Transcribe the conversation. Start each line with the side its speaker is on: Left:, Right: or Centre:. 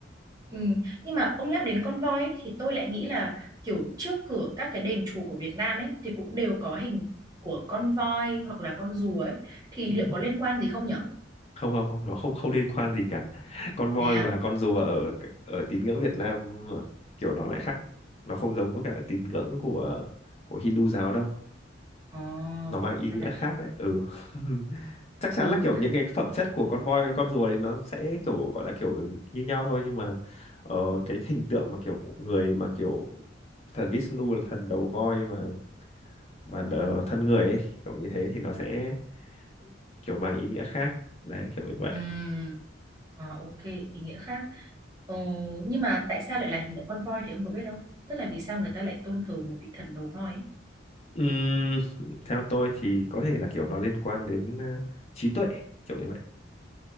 Right: Ừ. Nhưng mà ông nhắc đến con voi ấy, thì tôi lại nghĩ là kiểu trước cửa các cái đền chùa của Việt Nam ấy thì cũng đều có hình của con voi hoặc là con rùa ấy thì
Left: ừ.
Right: liệu có liên quan gì không nhở?
Left: không không không nó không không liên quan gì cả <laughs> con voi
Right: Thế à?
Left: và con rùa ở ở tín ngưỡng Việt Nam kiểu nó lại khác nó không giống với cả tín ngưỡng của của Hindu giáo đâu
Right: Ồ,
Left: nó mang ý
Right: ra
Left: nghĩa
Right: là
Left: khác
Right: thế.
Left: đấy ừ <laughs> chắc chắn
Right: Ừ.
Left: là kiểu những cái phẩm chất của con voi con rùa thì nó sẽ kiểu gọi là kiểu như nhau thôi nhưng mà ờ, cái hình tượng mà kiểu người mà kiểu thần Vishnu là thần đầu voi và và đờ- thân người ấy kiểu như thế thì nó sẽ kiểu mang ý nghĩa khác đấy kiểu như vậy
Right: Ừm, à, ok, ý nghĩa khác. Ờ, nhưng mà tại sao lại là hình tượng con voi thì ông có biết không? Tức là vì sao người ta lại tôn thờ một vị thần đầu voi ấy?
Left: Ừm, theo tôi thì có thể là kiểu nó liên quan đến ờ, trí tuệ kiểu như vậy